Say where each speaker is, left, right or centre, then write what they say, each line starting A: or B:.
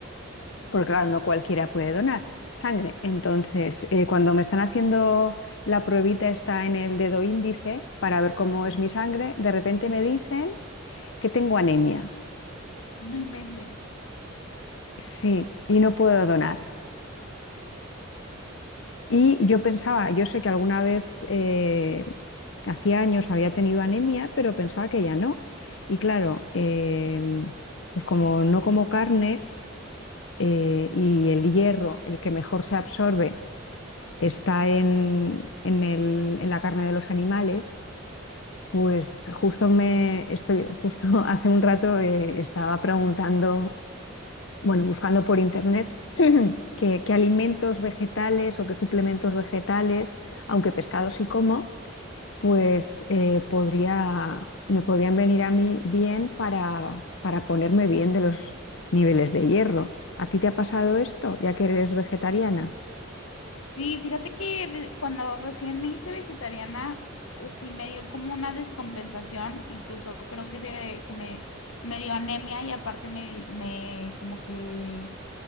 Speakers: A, on the left (about 90°); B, on the left (about 65°).
A: ok.
B: porque claro, no cualquiera puede donar sangre. Entonces, eh, cuando me están haciendo la pruebita está en el dedo índice para ver cómo es mi sangre, de repente me dicen que tengo anemia.
A: no inventes.
B: Sí, y no puedo donar. Y yo pensaba, yo sé que alguna vez eh, Hacía años había tenido anemia, pero pensaba que ya no. Y claro, em, pues como no como carne eh, y el hierro, el que mejor se absorbe, está en, en el- en la carne de los animales, pues justo me estoy, justo <laughs> hace un rato eh, estaba preguntando, bueno, buscando por internet <clears throat> qué, qué alimentos vegetales o qué suplementos vegetales, aunque pescado sí como pues eh, podría, me podrían venir a mí bien para, para ponerme bien de los niveles de hierro. ¿A ti te ha pasado esto, ya que eres vegetariana?
A: Sí, fíjate que de- cuando recién me hice vegetariana, eh, sí me dio como una descompensación, incluso creo que, te que me, me dio anemia y aparte me, me como que